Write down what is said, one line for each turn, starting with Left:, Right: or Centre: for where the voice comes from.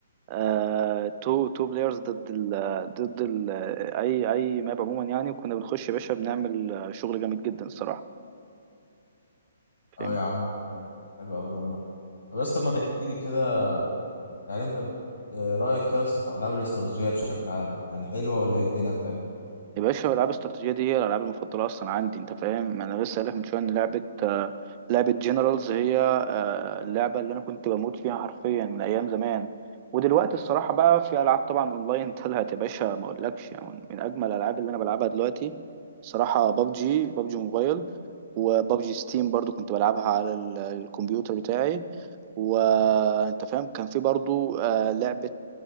Right: آه تو تو بلايرز ضد ال... ضد ال... اي اي ماب عموما يعني وكنا بنخش يا باشا بنعمل شغل جامد جدا الصراحة
Left: أه
Right: فاهمني
Left: يا عم حلو قوي لما طب يا اسطى ما تحكي لي كده يعني انت بت... آه، رايك يا اسطى في العاب الاستراتيجيه بشكل عام يعني حلوه ولا ايه الدنيا بتاعتها
Right: يا باشا الالعاب الاستراتيجيه دي هي الالعاب المفضله اصلا عندي انت فاهم انا لسه قايل لك من شويه ان لعبه آه، لعبه جنرالز هي آه، اللعبه اللي انا كنت بموت فيها حرفيا من ايام زمان ودلوقتي الصراحه بقى في العاب طبعا اونلاين <laughs> طلعت يا باشا ما اقولكش يعني من اجمل الالعاب اللي انا بلعبها دلوقتي صراحه بابجي بابجي موبايل وبابجي ستيم برضو كنت بلعبها على ال- الكمبيوتر بتاعي وانت فاهم كان في برضو آه، لعبه